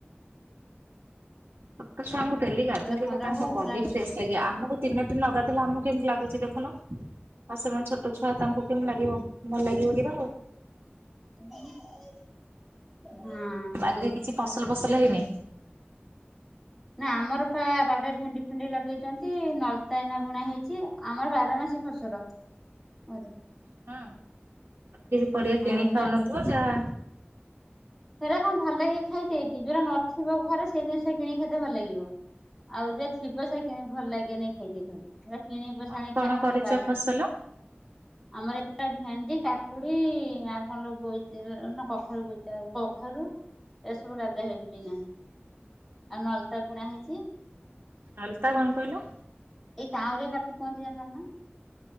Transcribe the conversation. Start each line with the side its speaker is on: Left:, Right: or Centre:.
Right: ଛୋଟ ଛୁଆଙ୍କୁ ଡେଲି ଗାଧେଇଦେଲେ
Centre: କହିଲା ଥଣ୍ଡା
Right: ତାଙ୍କ
Centre: ହଉ
Right: ବଡି
Centre: କହିଲା ମେଡିସିନ
Right: ଫ୍ରେଶ୍ ଲାଗିବ। ଆମକୁ ଦିନେ ତ ନ ଗାଧେଇଲେ ଆମକୁ କେମିତି ଲାଗୁଛି ଦେଖୁନ ଆଉ ସେମାନେ ଛୋଟ ଛୁଆ ତାଙ୍କୁ କେମିତି
Centre: ହୁଁ
Right: ଲାଗିବ ଭଲ ଲାଗିବ କି ତାଙ୍କୁ।
Centre: ହଁ।
Right: ବାରିରେ କିଛି ଫସଲ ଫସଲ ହେଇନି?
Centre: ନା ଆମର ପା ବାଡିରେ ଭେଣ୍ଡି ଫେଣ୍ଡି ଲଗେଇଛନ୍ତି ନଳିତା ଏଇନା ବୁଣା ହେଇଛି। ଆମର ବାର ମାସୀ ଫସଲ ଘରେ।
Right: ହଁ କିଛି ପରିବା କିଣି
Centre: ଏଇନା
Right: ଖାଉନଥିବ ଯାହା
Centre: ହେରା କଣ ଭଲ ଲାଗେ ଖାଇତେ କି ଯୋଉଟା ନଥିବ ଘରେ ସେଇ ଜିନିଷଟା କିଣିକି ଖାଇତେ ଭଲ ଲାଗିବ। ଆଉ ଯେ ଥିବେ ସେ କି ଭଲ ଲାଗେନାଇଁ ଖାଇତେ ଘରେ। ଏରା କିଣିକି ପଛେ
Right: କଣ
Centre: ଆଣି
Right: କଣ
Centre: ଖାଇମୁ
Right: କରିଛ
Centre: ବାଡିରୁ
Right: ଫସଲ?
Centre: ଆମର ଏ ଭେଣ୍ଡି କାକୁଡି ଆଉ କଣ ଲୋ ବୋଇତ ନା କଖାରୁ ବୋଇତାଳୁ କଖାରୁ ଏରାସବୁ ଲଗାହେଉଛି ଏନା। ଆଉ ନଳିତା ବୁଣା ହେଇଛି।
Right: ନଳିତା କଣ କହିଲ?
Centre: ଏଇ କାଉଁରିଆ କାଠ କୁହନ୍ତି ଜାଣିଛ ନା?